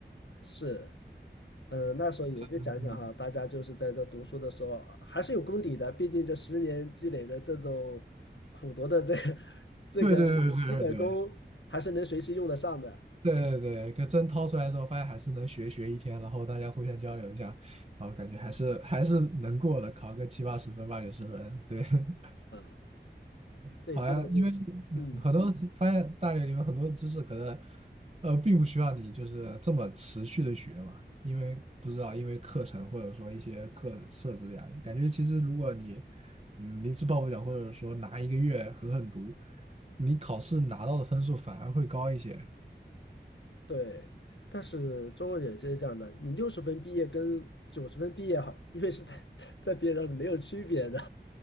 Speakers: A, on the left; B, on the right.
A: 是，嗯，那时候也就想想哈，
B: 嗯，
A: 大家就是在这读书的时候还是有功底的，毕竟这十年积累的这种苦读的这个 <laughs> 这个基本功，
B: 对对对对对
A: 还是能随时用得上的。
B: 对对对对，可真掏出来之后，发现还是能学学一天，然后大家互相交流一下，然后感觉还是还是能过的，考个七八十分、八九十分，对。<laughs>
A: 啊，对，
B: 好像因为嗯，
A: 现在就是，嗯，
B: 很多发现大学里面很多知识可能呃，并不需要你就是这么持续的学嘛，因为不知道因为课程或者说一些课设置的压力，感觉其实如果你嗯临时抱佛脚或者说拿一个月狠狠读，你考试拿到的分数反而会高一些
A: 对。但是中国也是这样的，你六十分毕业跟九十分毕业，好，因为是在 <laughs> 在毕业上是没有区别的